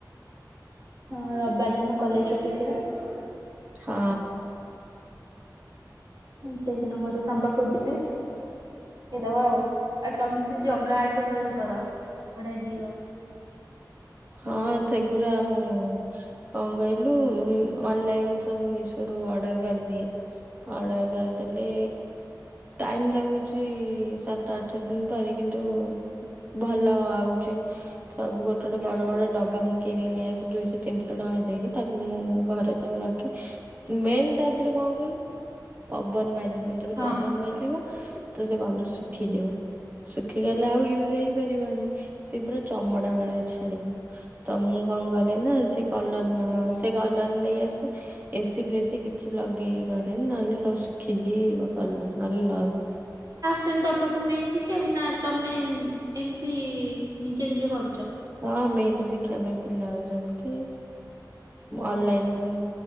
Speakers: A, on the right; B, on the right.
A: ହଁ ରବିବାର ଦିନ କଲେଜ ଛୁଟି ଥିବ।
B: ହଁ।
A: ହୁଁ ସେଇଦିନ ଗଲେ ତମ ପାଖକୁ ଯିବି। ଶିଖେଇଦବ ଆଉ ଆଉ ତମେ ସେ ଜଗା ଆଟ ବଢିଆ କର ବଢିଆ ଦିଅ।
B: ହଁ ସେଗୁରା ମୁଁ କଣ କହି ଲୁ ଅନଲାଇନ ସବୁ ମିଶୋ ରୁ ଅର୍ଡର କରିିଦିଏ। ଅର୍ଡର କରିଦେଲେ, ଟାଇମ ଲାଗୁଛି ସାତ ଆଠ ଦିନ ପରେ କିନ୍ତୁ ଉଁ ଭଲ ଆଉଛି ସବୁ ଗୋ ଟେ ଗୋଟେ ବଡ ବଡ ଡବା ମୁଁ କିଣି ନେଇ ଆସେ ଦୁଇଶହ ତିନିଶହ ଟଙ୍କା ଦେଇକି ତାକୁ ମୁଁ ଘରେ ତାକୁ ରଖି ମେନ୍ ତା ଦେହରେ କଣ କହିଲୁ ପବନ ବାଜିବନି ଯଦି
A: ହଁ
B: ପବନ ବାଜିବ ତ ସେ କଲର ଶୁଖିଯିବ ଶୁଖିଗଲେ ଆଉ ୟୁଜ ହେଇପାରିବ ନାହିଁ ସେ ପୁରା ଚମଡା ଭଳିଆ ଛାଡ଼ିବ ତ ମୁଁ କଣ କରେ ନା ସେ କଲର ସେ କଲର ନେଇ ଆସେ ଏସି ସେ କିଛି ଲଗେଇକି କରେନି ନହେଲେ ସବୁ ଶୁଖିଯିବ କଲର ନହେଲେ ସବୁ ଲସ।
A: ସେନ୍ ତମ ପାଖକୁ ମେନ୍ ଶିଖିବାକୁ ନା ତମେ ଏମିତି ନିଜେ ନିଜେ କରୁଚ?
B: ହଁ ମେନ ଶିଖିବା ପାଇଁ ପିଲା ଆଉଛନ୍ତି ଅନଲାଇନ ବି ମୁ